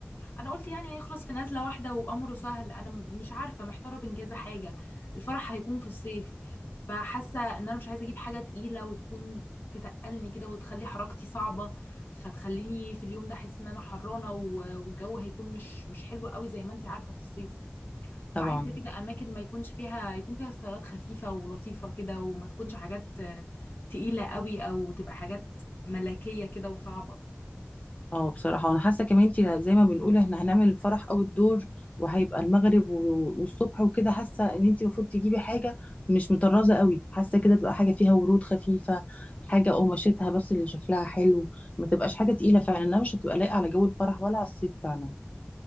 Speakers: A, on the left; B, on the left.
A: انا قلت يعني هيخلص في نزله واحده وامره سهل انا م- مش عارفه محتاره بين كذا حاجه الفرح هيكون في الصيف فحاسه ان انا مش عايزه اجيب حاجه تقيله وتكون تتقلني كده وتخلي حركتي صعبه فتخليني في اليوم ده احس ان انا حرانه و- والجو هيكون مش مش حلو قوي زي ما انت عارفه في الصيف فعايزه
B: طبعا
A: كده اماكن ما يكونش فيها يكون فيها ستايلات خفيفه ولطيفه كده وما تكونش حاجات آه، تقيله قوي او تبقى حاجات ملكيه كده وصعبه
B: اه بصراحة وانا حاسة كمان انت زي ما بنقول احنا هنعمل الفرح او الدور وهيبقى المغرب و- والصبح وكده حاسة ان انت المفروض تجيبي حاجة مش مطرزة قوي حاسة كده تبقى حاجة فيها ورود خفيفة حاجة قماشتها بس اللي شكلها حلو ما تبقاش حاجة تقيلة فعلا انها مش هتبقى لايقة على جو الفرح ولا على الصيف فعلا